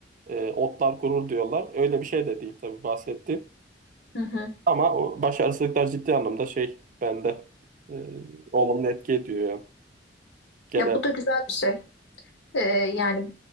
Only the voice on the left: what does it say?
hı hı.
Ya bu da güzel bir şey. Ee, yani